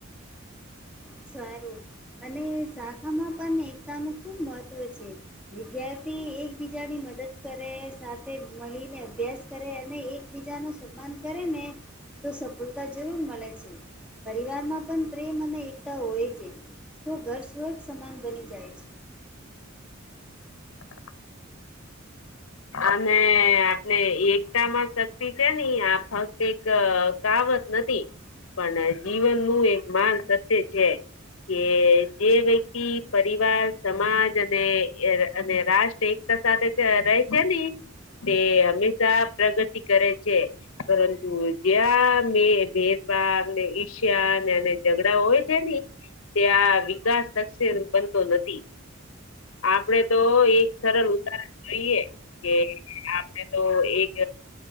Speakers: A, in the centre; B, on the left.
A: ખ સારું અને શાખામાં પણ એકતાનું ખૂબ મહત્ત્વ છે, વિ તી એક એકબીજાની મદદ કરે સાથે મળીને અભ્યાસ કરે, અને એકબીજા ન સન્માન કરે ને તો સફલતા જરૂર મળે છે, પરિવારમાં પણ પ્રેમ અને હોય છે તો ઘર સ્વર્પ સમાન બની જાય છે.
B: <unintelligible> અને આપણે એકતામાં શક્તિ છે, ની આ ફક્ત એક કાવત નથી પણ જીવનનું એક માન સત્ય છે. કે જે વ્યક્તિ પરિવાર સમાજ અને અને રાષ્ટ્ર એક સાથે ર છે ને તે હંમેશા પ્રગતિ કરે છે. પરંતુ જ્યાં મેં ભેદભાવને ઈશ્યા ઝઘડા હોય છે ને ત્યાં વિકાસ નકશે બનતો નથી. આપડે તો એક સરળ ઉતારણ જોઈએ, કે આપડે તો એક